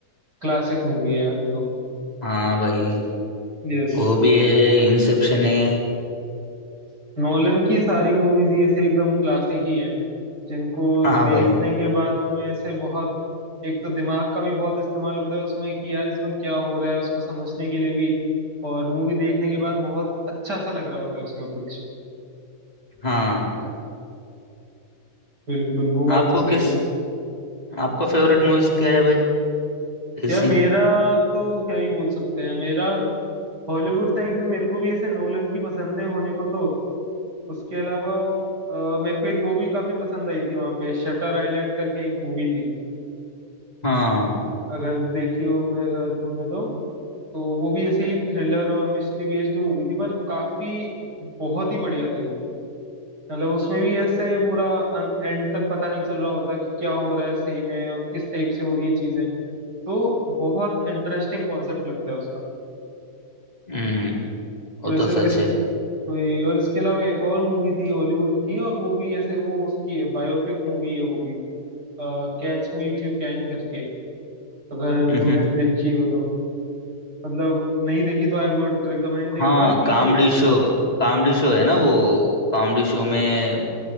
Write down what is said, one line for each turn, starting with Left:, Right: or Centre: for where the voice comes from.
Right: क्लासिक मूवी है यार वो तो
Left: हाँ भाई
Right: यस
Left: वो भी है इंसेप्शन है
Right: नोलन की सारी मूवीज ही ऐसे एकदम क्लासिक ही हैं जिनको
Left: हाँ
Right: देखने
Left: भाई
Right: के बाद तुम्हें ऐसे बहुत एक तो दिमाग का भी बहुत इस्तेमाल होता है उसमें कि यार इसमें क्या हो रहा है उसको समझने के लिए भी और मूवी देखने के बाद बहुत अच्छा सा लग रहा होता है उसमें कुछ
Left: हाँ
Right: बिल्कुल वो बात
Left: आपको
Right: तो सही
Left: किस
Right: है
Left: आपका फेवरेट मूवीज क्या है भाई ऐसी
Right: यार मेरा तो क्या ही बोल सकते हैं मेरा हॉलीवुड साइड में मेरे को भी ऐसे नोलन की पसंदें होने को तो उसके अलावा अ, मेरे को एक वो भी काफी पसंद आई थी वहां पे शटर आइलैंड करके एक मूवी थी
Left: हाँ
Right: अगर देखी हो मैं अ, तुमने तो तो वो भी ऐसे ही थ्रिलर और मिस्ट्री बेस्ड मूवी थी पर काफी बहुत ही बढ़िया थी वो मतलब उसमें भी ऐसे पूरा एंड तक पता नहीं चल रहा होता कि क्या हो रहा है सही में और किस टाइप से हो रही है चीजें तो बहुत इंटरेस्टिंग कॉन्सेप्ट लगता है उसका
Left: हम्म वो
Right: और
Left: तो
Right: इस, इस
Left: सच है
Right: वही और इसके अलावा एक और मूवी थी हॉलीवुड की और वो भी ऐसे वो उसकी है बायोपिक मूवी है वो भी Catch Me If You Can करके अगर
Left: हम्म
Right: तुमने
Left: हम्म।
Right: देखी हो तो मतलब नहीं देखी तो आई वुड रिकमेंड एक
Left: हाँ
Right: बार कि
Left: कॉमेडी शो कॉमेडी शो है ना वो कॉमेडी शो में